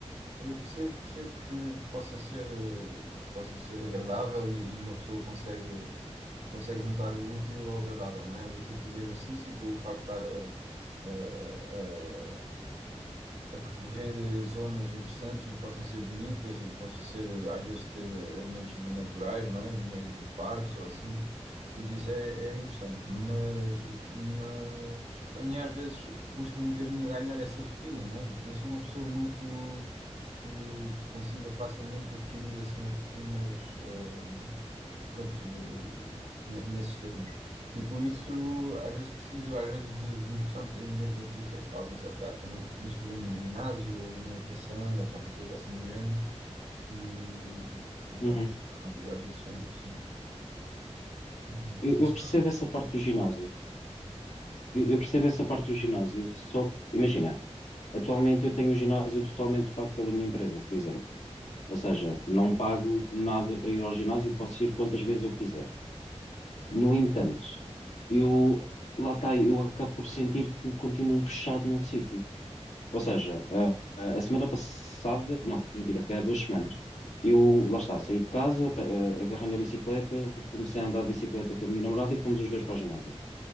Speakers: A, on the right; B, on the left.
A: Eu percebo, percebo que possa ser, eh, possa ser agradável e e uma pessoa consegue consegue juntar o útil ao agradável, não é? O útil de fazer exercício com o facto de estar a, a- a- a percorrer eh, zonas interessantes e que possam ser bonitas e que possam ser, eh, às vezes, ter eh, elementos de- naturais, não é? No meio de parques ou assim. Tudo isso é, é interessante, mas, mas a mim às vezes custa-me um bocadinho a ganhar essa rotina, não é? Não sou uma pessoa muito que, que consiga facilmente adquirir assim rotinas, eh, pronto, de- ne- nesses termos. E por isso, às vezes preciso, às vezes, de, de me forçar um bocadinho mesmo, e por isso é que estava a pensar, se calhar, também inscrever-me num ginásio, ou na natação, ou qualquer coisa assim do género, e, e
B: Uhum.
A: pronto, e é uma atividade desse género, sim. Ah,
B: Eu,
A: tu dizes
B: eu percebo essa parte do ginásio.
A: sim,
B: Eu, eu percebo essa parte do ginásio, só que, imagina, atualmente eu tenho o ginásio totalmente pago pela minha empresa, por exemplo. Ou seja, não pago nada para ir ao ginásio e posso ir quantas vezes eu quiser. No entanto, eu, lá está, eu acabo por sentir que continuo fechado num sítio. Ou seja, a, a- a semana passada, não, mentira, foi há duas semanas. Eu, lá está, saí de casa, pa- eh, agarrei na bicicleta, comecei a andar de bicicleta com a minha namorada e fomos os dois para o ginásio.